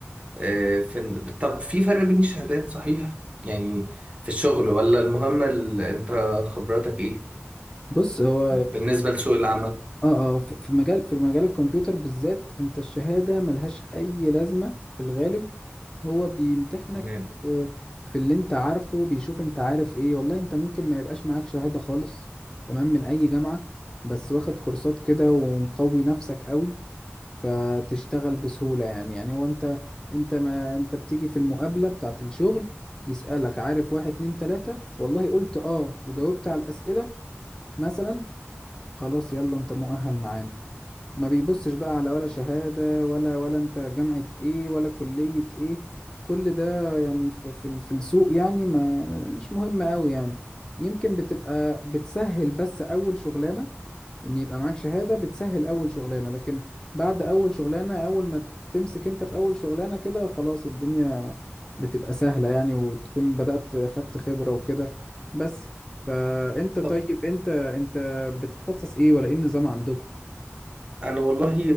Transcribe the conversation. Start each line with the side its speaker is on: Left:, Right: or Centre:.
Right: آه، في طب في فرق بين الشهادات صحيح يعني في الشغل ولا المهم ال... انت خبراتك ايه
Left: بص هو
Right: بالنسبة لسوق العمل
Left: اه اه ف- في مجال في مجال الكمبيوتر بالذات انت الشهادة ملهاش اي لازمة في الغالب هو بيمتحنك
Right: تمام
Left: في في اللي انت عارفه بيشوف انت عارف ايه والله انت ممكن ما يبقاش معاك شهادة خالص تمام من اي جامعة بس واخد كورسات كده ومقوي نفسك قوي فتشتغل بسهولة يعني يعني هو انت انت ما انت بتيجي في المقابلة بتاعة الشغل يسألك عارف واحد اتنين تلاتة والله قلت اه وجاوبت على الأسئلة مثلا خلاص يلا انت مؤهل معانا ما بيبصش بقى على ولا شهادة ولا ولا انت جامعة ايه ولا كلية ايه كل ده يعني في في ال- في السوق يعني ما مش مهم قوي يعني يمكن بتبقى بتسهل بس اول شغلانة ان يبقى معاك شهادة بتسهل اول شغلانة لكن بعد اول شغلانة اول ما تمسك انت في اول شغلانة كده خلاص الدنيا بتبقى سهلة يعني وتكون بدأت خدت خبرة وكده بس فانت طيب
Right: طب
Left: انت انت بتتخصص ايه ولا ايه النظام عندكم
Right: انا والله